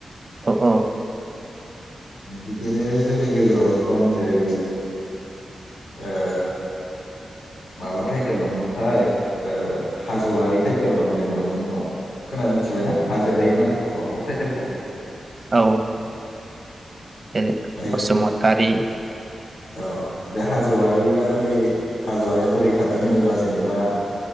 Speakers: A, on the right (about 35°); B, on the left (about 75°).
A: औ औ
B: बिदिनो जोंनि गेजेराव दं जेरै ओ माबा टाइटेल दंमोनथाय ओ हाज'आरि टाइटेल दं जेनेबा जोंनियाव । खोना मिथिबायना हाजोआरि नाम माबाखौ टाइटेलखौ?
A: औ । जरै
B: माने
A: बसुमतारि
B: औ । बे हाज'वारिया बोरै हाज'वारिया बोरै थादों होनोबा जेनेबा